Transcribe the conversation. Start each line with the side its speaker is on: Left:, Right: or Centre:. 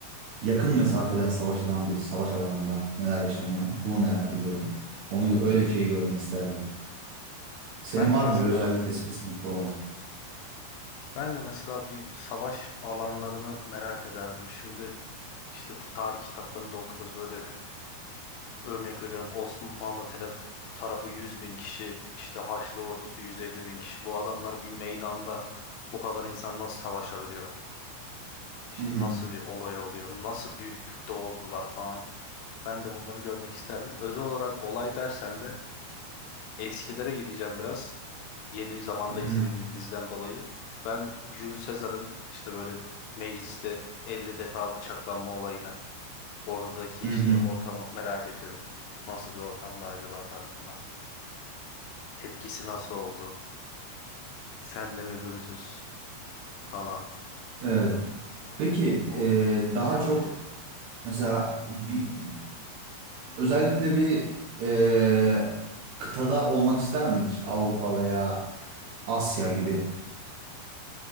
Right: yakın mesafeden savaşılan bir savaş alanında neler yaşanıyor? Bunu
Left: Hmm.
Right: merak ediyorum. Onu öyle bir şey görmek isterdim. Senin
Left: Ben
Right: var
Left: de mesela
Right: mı öyle özellikle spesifik bir olay?
Left: ben de mesela bir savaş alanlarını merak ederdim. Şimdi işte tarih kitaplarında okuyoruz böyle örnek veriyorum Osmanlı taraf, tarafı yüz bin kişi işte Haçlı ordusu yüz elli bin kişi. Bu adamlar bir meydanda bu kadar insan nasıl savaşabiliyor? İşte
Right: Hı hı
Left: nasıl bir olay oluyor? Nasıl büyüklükte ordular falan? Ben de bunları görmek isterdim. Özel olarak olay dersen de eskilere gideceğim biraz. Yeni zamanda izlediğim
Right: hı hı.
Left: bir diziden dolayı. Ben Jules Caesar'ın işte böyle mecliste 50 defa bıçaklanma olayını oradaki
Right: hı
Left: işte
Right: hı.
Left: ortamı merak ediyorum. Nasıl bir ortamda acaba tarzında. Tepkisi nasıl oldu? Sen de mi Brutus falan.
Right: Evet. Peki
Left: Oradaki
Right: e, daha
Left: psikoloji.
Right: çok mesela bir Özellikle bir e, kıtada olmak ister miydin işte Avrupa veya Asya gibi?